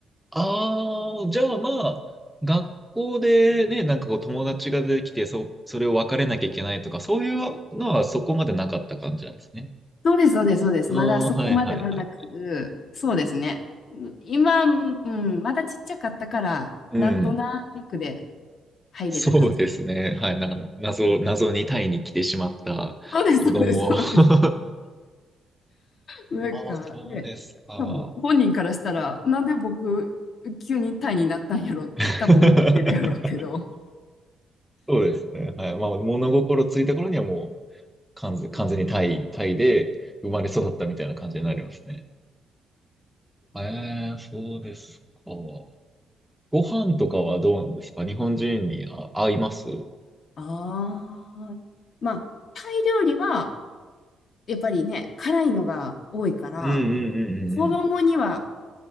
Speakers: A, in the centre; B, on the left.
A: ああ、じゃあまあ、学校でね、なんかこう友達が出てきて、そ、それを別れなきゃいけないとか、そういうのはそこまでなかった感じなんですね。
B: そうです、そうです、そうです。
A: ああ、
B: まだそこまではなく、
A: はいはいはい。
B: そうですね。今、うん、まだちっちゃかったから、
A: うん。
B: なんとなくで入れた感じ。
A: そうですね。はい。なんか、謎、謎にタイに来てしまった子供。
B: そうです、そうです、そうです。
A: <laughs>
B: なんかね、
A: ああ、そうですか。
B: 多分本人からしたら、なんで僕、急にタイになったんやろって多分思ってるやろうけど。
A: <laughs>
B: あ
A: そうですね。はい。まあ、物心ついた頃にはもう完全、完全にタイ、タイで生まれ育ったみたいな感じになりますね。ええ、そうですか。ご飯とかはどうなんですか日本人にあ合いますうん
B: あ。まあ、タイ料理は、やっぱりね、辛いのが多いから、
A: うんうんうんうん。
B: 子供には